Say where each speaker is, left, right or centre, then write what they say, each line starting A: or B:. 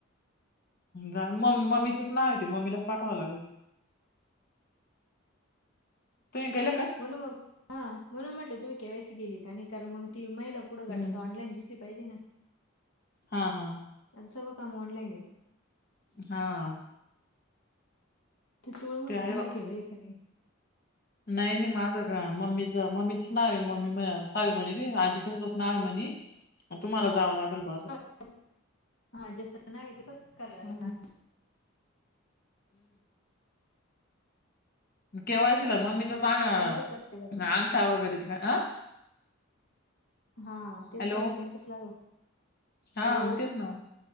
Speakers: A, on the left; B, on the left.
A: जा मम मम्मीच च नाव ए ते मम्मीलाच पाठवावं लागेल. तुम्ही गेले का
B: बोला मग. हा. म्हणून म्हटलं तुम्ही केवायसी केली का नाई कारण मग ती महिला पुढं गटात
A: हम्म
B: ऑनलाईन दिसली पाहिजे ना. हम
A: हा हा.
B: आता सर्व काम ऑनलाईन ए.
A: हा.
B: ते तळं म्हटल
A: आहे
B: तुम्ही
A: बा
B: केलंय का नई.
A: नाही -नाही माझं का? मम्मीचं, मम्मीचंच नावय. मम्मी म सावी म्हणे, आजी तुमचंच नाव आहे म्हनी. तुम्हाला जावं लागेल बा असं.
B: <unintelligible> हा जेचं नावय, तेचच करायला
A: हम्म के वाय सि ला मम्मीचाच
B: मळ्यात
A: अ
B: काय टॅमॅटोच लागतील
A: अंगठा वगैरे त का. अ
B: का हा तेच
A: हॅलो.
B: लागेल त्यांचच लागेल
A: हा
B: हॅलो
A: म तेच नव.